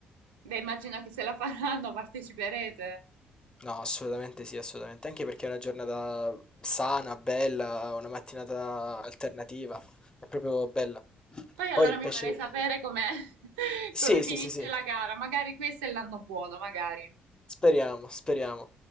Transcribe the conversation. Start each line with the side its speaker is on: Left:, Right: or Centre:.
Right: Beh, immagino che se la faranno <laughs> parteciperete.
Left: No, assolutamente sì, assolutamente, anche perché è una giornata sana, bella, una mattinata alternativa, è proprio bella.
Right: Poi allora
Left: Poi il
Right: mi
Left: pesce...
Right: farei sapere com'è, <laughs>
Left: Sì,
Right: come finisce
Left: sì, sì, sì,
Right: la gara. Magari questo è l'anno buono, magari.
Left: speriamo, speriamo.